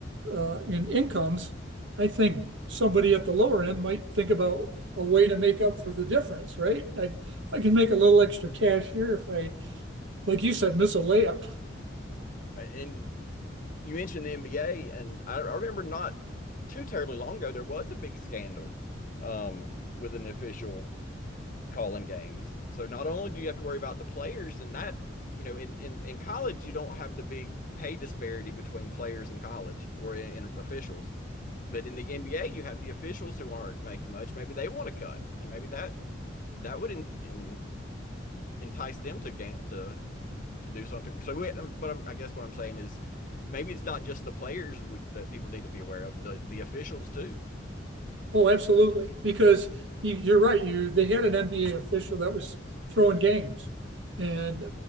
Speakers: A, on the right; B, on the left.
A: uh, in incomes, I think somebody at the lower end might think about a way to make up for the difference, right? I, I can make a little extra cash here if I, like you said, miss a layup.
B: And you mentioned the NBA, and I, I remember not too terribly long ago there was a big scandal um, with an official calling games. So not only do you have to worry about the players and that, you know, in, in, in college, you don't have the big pay disparity between players in college or in, in officials. But in the NBA, you have the officials who aren't making much. Maybe they want to cut, and maybe that that would in, in, entice them to ga- to to do something. So, we, what I'm, I guess what I'm saying is, maybe it's not just the players we, that people need to be aware of. The the officials too.
A: Oh, absolutely. Because you, you're right. You they had an NBA official that was throwing games, and